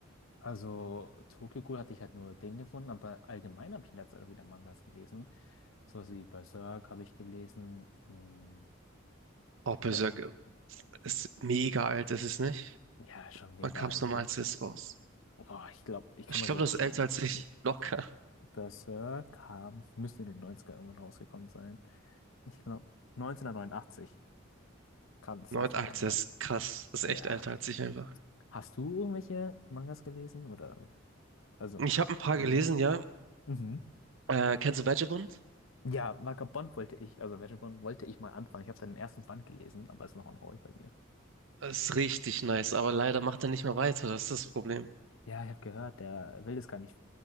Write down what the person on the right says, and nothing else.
Oh, Berserk
ist mega alt, ist es nicht?
Wann kam's
nochmal
als es raus?
Ich
glaube,
das
ist älter als ich. Locker.
Neun
alt,
das ist krass. Das ist
echt älter als ich einfach.
Ich habe ein paar
gelesen, ja.
Äh, kennst du Vagabond?
Ist richtig nice, aber leider macht er nicht mehr weiter, das ist das Problem.